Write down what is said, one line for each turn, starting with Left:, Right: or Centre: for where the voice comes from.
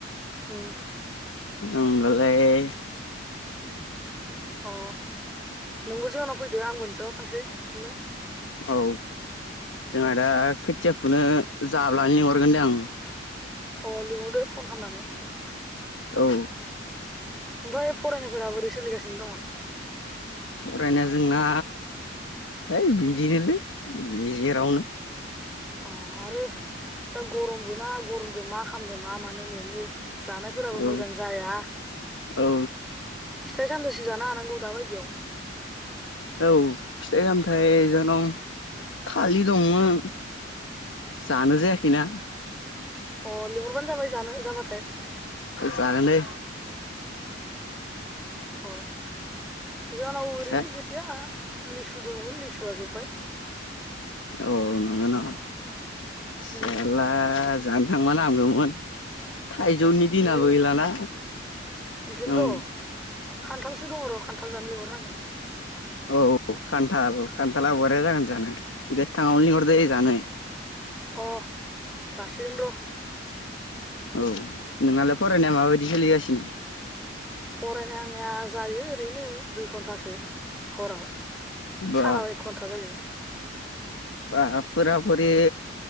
Centre: उम
Left: ओमबालाय
Centre: अ नोंबो जोंनाव फैदो आंबो नोंसानाव नाव थांसै फुनो
Left: औ जोंहा दा खोथिया फुनो जाब्लानो लिंहरगोन दे आं
Centre: अ लिहरदो फन खामनानै
Left: औ
Centre: <unintelligible> ओमफ्राय फरायनायफोरा बोरै सोलिगासिनो दङ'?
Left: फरायनाय जोंना है बिदिनोलै गेजेरावनो
Centre: अ आरो दा गरम बोना गरमजों मा खामनो मा मानो मोनो जानायफोराबो
Left: औ
Centre: मोजां जाया
Left: औ
Centre: फिथाय सामथायसो जानो हानांगो दा बायदियाव
Left: औ फिथाइ सामथाइ जोंनाव थालि दंमोन जानो जायाखैना
Centre: अ लिंहरबानो जाबाय जानो जाबाथाय
Left: जागोन दे
Centre: अ जोंनाव ओरैनो
Left: हो
Centre: गैया । लिसु दङमोन लिसुआ जोब्बाय
Left: औ नंगो नामा साला
Centre: उम
Left: जानो थांबानो हामगोमोन। थाइजौनि दिनाबो
Centre: लिं
Left: गैलाना
Centre: बेखौनोथ'
Left: औ
Centre: खान्थालसो दङ र खान्थाल जानो लिंहरनांगोन
Left: औ औ खान्थाल खान्थाला बरिया जागोन जानो गोथाङावनो लिंहरदो जानो।
Centre: अ रासिनगोन र'
Left: औ नोंनालाय फरायनाया माबायदि सोलिगासिनो?
Centre: फरायनाय आंनिया जायो ओरैनो दुइ घन्टासो हराव।
Left: बा
Centre: सानाव एक घन्टा जायो।
Left: बा फुरा फुरि